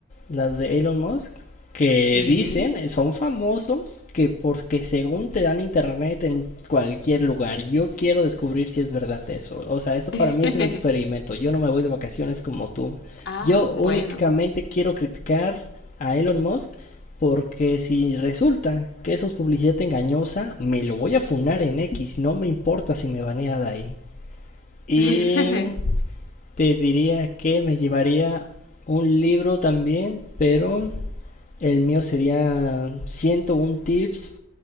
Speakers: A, on the left; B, on the left.
A: las de Elon Musk, que
B: sí.
A: dicen, son famosos, que porque según te dan internet en cualquier lugar. Yo quiero descubrir si es verdad eso. O sea,
B: <laughs>
A: esto para mí es un experimento. Yo no me voy de vacaciones como tú.
B: Ah,
A: Yo únicamente
B: bueno.
A: quiero criticar a Elon Musk porque si resulta que eso es publicidad engañosa, me lo voy a funar en X. No me importa si me banea de ahí. Y
B: <laughs>
A: te diría que me llevaría un libro también, pero el mío sería 101 tips